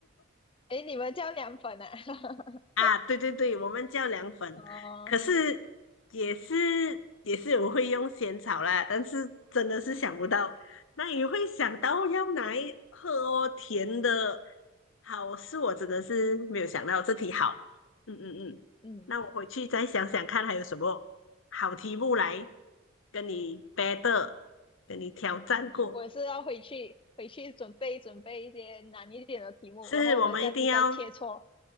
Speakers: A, on the left (about 25°); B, on the left (about 65°).
A: 诶，你们叫凉粉啊？<laughs>
B: 啊，对对对，我们叫凉粉，
A: 哦，
B: 可是也是也是我会用仙草啦，但是真的是想不到，那也会想到要拿来喝哦，甜的，好，是我真的是没有想到这题好，嗯嗯嗯，
A: 嗯，
B: 那我回去再想想看还有什么好题目来跟你 battle，跟你挑战过，
A: 我是要回去回去准备准备一些难一点的题目，
B: 是我们一定要
A: 然后我们下次再切磋。